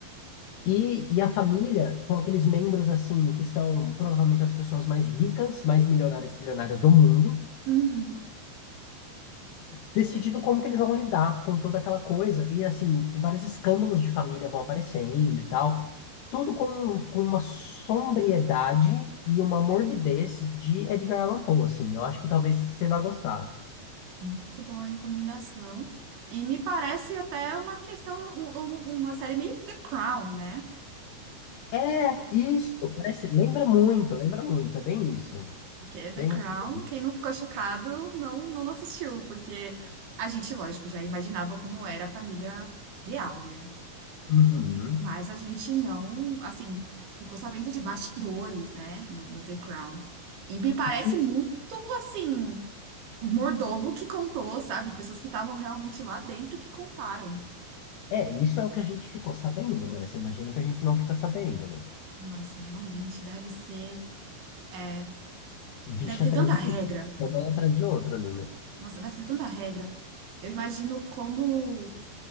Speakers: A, on the left (about 70°); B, on the right (about 80°).
A: E, e a família, com aqueles membros assim, que são provavelmente as pessoas mais ricas, mais milionárias, bilionárias do mundo,
B: uhum.
A: decidindo como que eles vão lidar com toda aquela coisa. E assim, vários escândalos de família vão aparecendo e tal. Tudo com, com uma sombriedade e uma morbidez de Edgar Allan Poe, assim. Eu acho que talvez você vá gostar.
B: Muito boa recomendação. E me parece até uma questão, um- um- uma série meio The Crown, né?
A: É, isso, parece, lembra muito, lembra muito, é bem isso.
B: Porque é The
A: Bem
B: Crown,
A: isso. mesmo.
B: quem não ficou chocado não, não assistiu, porque a gente, lógico, já imaginava como era a família real, né?
A: Uhum.
B: Mas a gente não, assim, ficou sabendo de bastidores, né? No, no The Crown. E me parece
A: E,
B: muito, assim, um mordomo que contou, sabe? Pessoas que estavam realmente lá dentro que contaram.
A: É, isso é o que a gente ficou sabendo. Agora, você imagina o que a gente não fica sabendo, né?
B: Nossa, realmente deve ser. é,
A: Bicho
B: Deve ter
A: atrás
B: tanta
A: de
B: regra.
A: bicho, escândalo atrás de outro ali, né?
B: Nossa, deve ter tanta regra. Eu imagino como